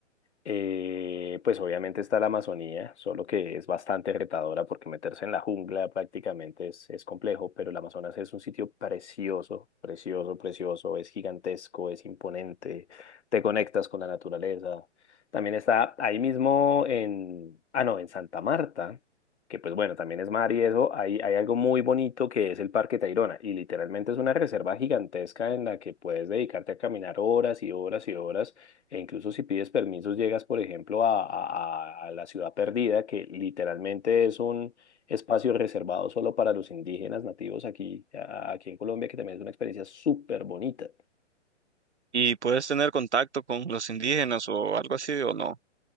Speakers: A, on the left; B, on the right.
A: Eh, pues obviamente está la Amazonía, solo que es bastante retadora porque meterse en la jungla prácticamente es, es complejo, pero el Amazonas es un sitio precioso, precioso, precioso, es gigantesco, es imponente, te conectas con la naturaleza. También está ahí mismo en, ah no, en Santa Marta, que pues bueno, también es mar y eso, hay, hay algo muy bonito que es el Parque Tayrona y literalmente es una reserva gigantesca en la que puedes dedicarte a caminar horas y horas y horas e incluso si pides permisos, llegas, por ejemplo, a, a- a- la ciudad perdida, que literalmente es un espacio reservado solo para los indígenas nativos aquí, a- aquí en Colombia, que también es una experiencia súper bonita.
B: Y puedes tener contacto con los indígenas o algo así o no.